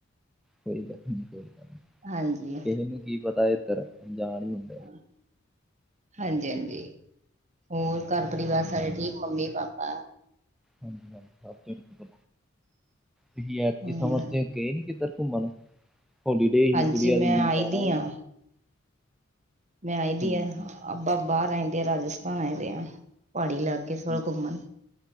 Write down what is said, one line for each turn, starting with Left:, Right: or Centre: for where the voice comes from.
Centre: ਕੋਈ ਗੱਲ ਨਹੀਂ ਕੋਈ ਗੱਲ ਨਹੀਂ
Right: ਹਾਂਜੀ
Centre: ਕਿਸੇ ਨੂੰ ਕੀ ਪਤਾ ਇਧਰ ਅਣਜਾਣ ਹੁੰਦੀ।
Right: ਹ <inaudible> ਹਾਂਜੀ- ਹਾਂਜੀ ਹੋਰ ਘਰ ਪਰਿਵਾਰ ਸਾਰੇ ਠੀਕ। Mummy -papa.
Centre: ਹਾਂਜੀ ਹਾਂਜੀ ਸੋ ਤੁਸੀਂ ਐਤਕ
Right: ਹਮ
Centre: ਸਮਰ ਤੇ ਗਏ ਨੀ ਕਿੱਧਰ ਘੁੰਮਣ ਹੋਲੀਡੇ ਹੀ
Right: ਹਾਂਜੀ
Centre: ਗੁੜਆ
Right: ਮੈਂ
Centre: ਦੇ ਹੀ
Right: ਆਈ
Centre: ਜਾਣਾ
Right: ਦੀ
Centre: ਹੀ
Right: ਹਾਂ ਮੈਂ ਆਈਦੀ
Centre: ਠੀਕ
Right: ਆ
Centre: ਹੈ
Right: ਆਪ ਬਾਹਰ ਆਈਦੇ ਆ ਰਾਜਸਥਾਨ ਆਏਦੇ ਆ। ਪਹਾੜੀ ਇਲਾਕੇ
Centre: ਠੀਕ
Right: ਘੁੰਮਣ